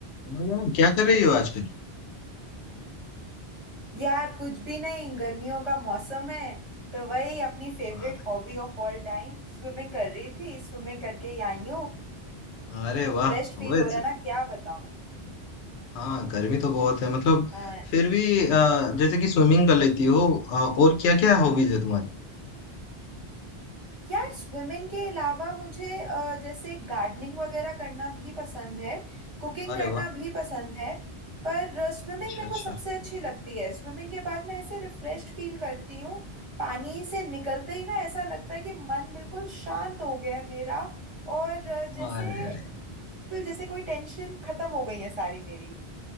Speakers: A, on the left; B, on the right.
A: Hello यार क्या कर रही हो आजकल
B: यार कुछ भी नहीं गर्मियों का मौसम है तो वही अपनी favourite
A: वाह,
B: hobby of all time swimming कर रही थी स्विमिंग करके आई हूँ
A: अरे वाह
B: फ्रेश फील
A: अवैध
B: हो रहा है ना क्या बताऊँ
A: हाँ गर्मी तो बहुत है मतलब
B: हाँ
A: फिर भी अ, जैसे कि स्विमिंग कर लेती हो अ, और क्या क्या हॉबीज है तुम्हारी
B: यार स्विमिंग के अलावा मुझे अ, जैसे गार्डनिंग वगैरह करना भी पसंद है कुकिंग
A: अरे
B: करना
A: वाह
B: भी पसंद है पर स्विमिंग
A: अच्छा
B: मेरे
A: अच्छा
B: को सबसे अच्छी लगती है स्विमिंग के बाद मैं ऐसे रिफ्रेश फील करती हूँ पानी से निकलते ही ना ऐसा लगता है कि मन बिल्कुल शांत हो गया है मेरा और अ, जैसे
A: हाँ, अरे अरे
B: बिल्कुल जैसे कोई टेंशन खत्म हो गई है सारी मेरी